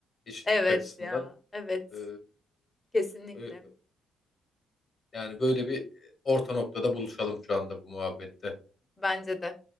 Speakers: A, on the left; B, on the left.
A: Eşitlik
B: Evet
A: açısından.
B: ya, evet.
A: Ee,
B: Kesinlikle.
A: e, yani böyle bir orta noktada buluşalım şu anda bu muhabbette.
B: Bence de.